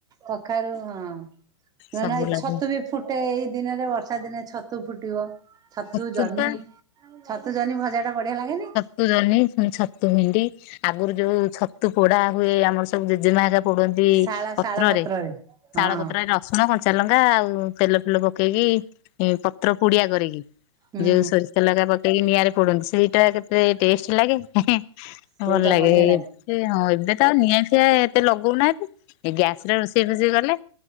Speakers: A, on the right (about 25°); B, on the left (about 35°).
A: କଖାରୁ ହଁ। ନୂଆ
B: ସବୁ
A: ନୂଆ ଏଇ
B: ଲଗେଇ
A: ଛତୁ ବି ଫୁଟେ ଏଇ ଦିନରେ ବର୍ଷା ଦିନେ ଛତୁ ଫୁଟିବ। ଛତୁଜହ୍ନୀ
B: ଛତୁ ପା
A: ଛତୁ ଜହ୍ନି ଭଜା ଟା ବଢିଆ ଲାଗେନି?
B: ଛତୁ ଜହ୍ନି ପୁଣି ଛତୁ ଭେଣ୍ଡି ଆଗରୁ ଯୋଉ ଛତୁ ପୋଡା ହୁଏ ଆମର ସବୁ ଜେଜେମା ହେକା ପୋଡନ୍ତି
A: ଶାଳ
B: ପତ୍ରରେ
A: ଶାଳ ହଁ
B: ଶାଳ ପତ୍ର ର ରସୁଣ କଞ୍ଚା ଲଙ୍କା ଆଉ ତେଲ ଫେଲ ପକେଇକି ପତ୍ର ପୋଡିଆ କରିକି ଯୋଉ
A: ହୁଁ
B: ସୋରିଷ ତେଲ ହେଇକା ପକେଇକି ନିଆଁରେ ପୋଡନ୍ତି ସେଇଟା କେତେ ଟେଷ୍ଟ ଲାଗେ। <unintelligible> ହଁ
A: ସେଇଟା
B: ଭଲ ଲାଗେ।
A: ବଢିଆ
B: ସେ ହଁ ଏବେ ତ ଆଉ ନିଆଁ ଫିଆଁ ଏତେ ଲଗଉନାହାନ୍ତି ଏ ଗ୍ୟାସରେ ରୋଷେଇ ଫୋଷେଇ କଲେ।